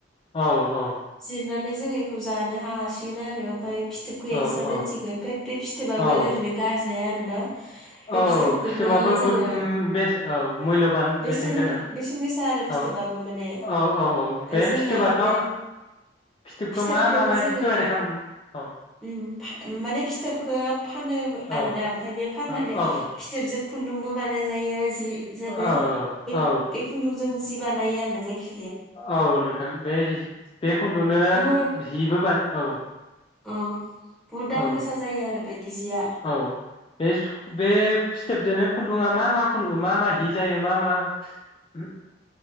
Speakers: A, on the left (about 30°); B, in the centre.
A: औ औ
B: जिरनानै जों बेखौ जानो हासिगोन आरो जों फाय फि फिथोबखौ
A: औ
B: एक्स्रा
A: औ
B: दोनसिगोन ओमफ्राय बे फिथोबाबो
A: औ
B: ओरैनो गार जाया रा ना बे
A: औ
B: फिथोबखौबो
A: फिथोबाबो
B: जोङो
A: बहुद बेस औ मुल्यबान
B: बेसेन
A: गोनां
B: बेसेन गोसा आरो फिथोबाबो
A: औ
B: माने
A: औ औ औ बे
B: जोङो
A: फिथोबाथ'
B: बे
A: फिथोबखौ
B: फिथोबखौबो
A: मा माबायदि
B: जोङो
A: तयारि खालाम औ
B: उम माने फिथोबखो फानोबो
A: औ
B: आरोना फाननानै
A: औ औ
B: फिथोबजों खुन्दुंबो बानाय जायो जि जि
A: औ
B: <unintelligible> बे
A: औ
B: बे खुन्दुंजों जि बानायो आरो जायखि
A: औ नोंथां बे जि बे खुन्दुंनोनो
B: बुहुद
A: जिबो बानो औ
B: अ बुहुद दाम
A: औ।
B: गोसा जायो आरो बेदि जिया
A: औ बे बे फिथोबजोनो खुन्दुंआ मा मा खुंन्दुं मा मा हि जायो मा माफोर